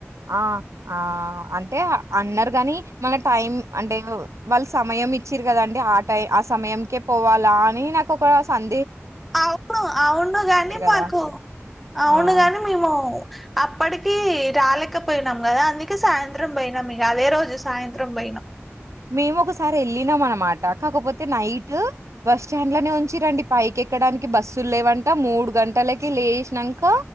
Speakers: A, on the right; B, in the centre.
A: ఆ ఆ అంటే అన్నార్గాని మన టైం అంటే వాళ్ళు సమయం ఇచ్చిరుకదండి ఆ టైం ఆ సమయంకే పోవాలా అని నాకు ఒక సం
B: అవును అవును గాని
A: గదా!
B: మాకు అవును
A: ఆ!
B: గాని మేము అప్పటికి రాలేకపోయినాం కదా. అందుకే సాయంత్రం పోయినం. ఇగ అదే రోజు సాయంత్రం పోయి ఆ
A: మేము ఒకసారి వెళ్లినం అనమాట కాకపోతే నైట్ బస్ స్టాండ్ లోనే ఉంచి రండి పైకి ఎక్కడానికి బస్సు లేవంట మూడు గంటలకి లేషినంక